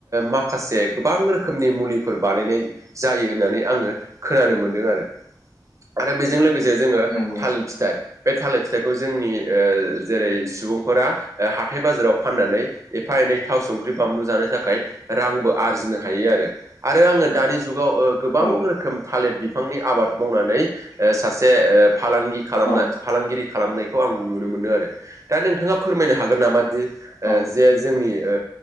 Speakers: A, on the right; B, on the left.
A: माखासे गोबां रोखोमनि मुलिफोर बानायनाय जायो होननानै आङो खोनानो मोनदों आरो आरो बेजों लोगोसे जोङो
B: नंगौ
A: थालिर फिथाइ बे थालिर फिथाइखौ जोंनि ओ जेरै सुबुंफोरा हाथाइ-बाजाराव फाननानै एफा-एनै थाव संख्रि बामलु जानो थाखाय रांबो आरजिनो हायो आरो आरो आङो दानि जुगाव ओ गोबां
B: औ
A: रोखोम थालिर बि फांनि आबाद मावनानै ओ सासे ओ फालांगि खालाम
B: औ
A: फालांगिरि खालामनाय खौ आं नुनो मोनो आरो दा नोंथाङा फोरमायनो हागोन नामा दि ओ
B: औ
A: जे जोंनि ओ